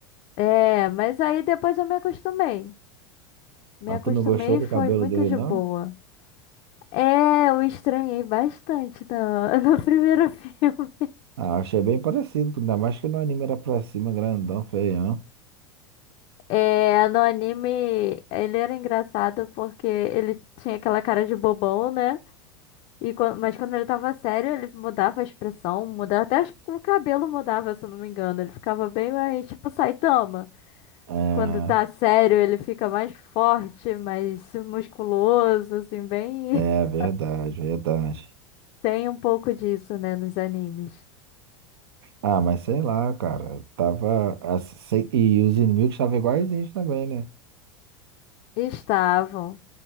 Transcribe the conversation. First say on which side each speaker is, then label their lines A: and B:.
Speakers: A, on the left; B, on the right.
A: É, mas aí depois eu me acostumei. Me
B: mas
A: acostumei
B: tu não gostou
A: e
B: do
A: foi
B: cabelo
A: muito
B: dele,
A: de
B: não?
A: boa. É, eu estranhei bastante no, <laughs> no primeiro filme.
B: Ah, achei bem parecido, ainda mais que no anime era pra cima, grandão, feião.
A: É, no anime ele era engraçado porque ele tinha aquela cara de bobão, né? E quan- mas quando ele tava sério, ele mudava a expressão, mudava até acho que o cabelo mudava, se eu não me engano. Ele ficava bem mais tipo Saitama.
B: É,
A: Quando tá sério, ele fica mais forte, mais musculoso, assim, bem.
B: é
A: <laughs>
B: verdade, verdade.
A: Tem um pouco disso, né, nos animes.
B: Ah, mas sei lá, cara, tava. assim, sei- E os inimigos estavam iguaizinhos também, né?
A: Estavam